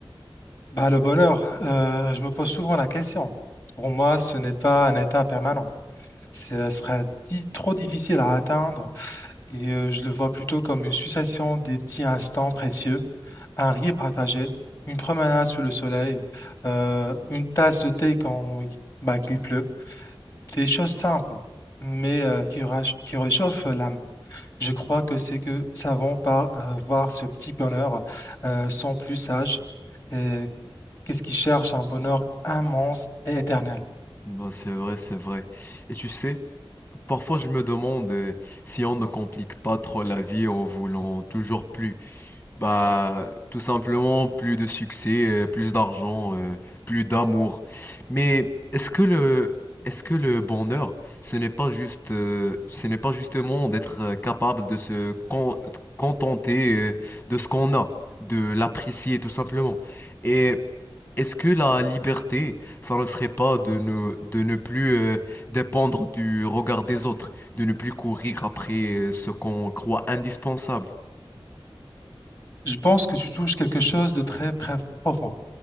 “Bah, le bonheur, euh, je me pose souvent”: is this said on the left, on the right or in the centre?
Left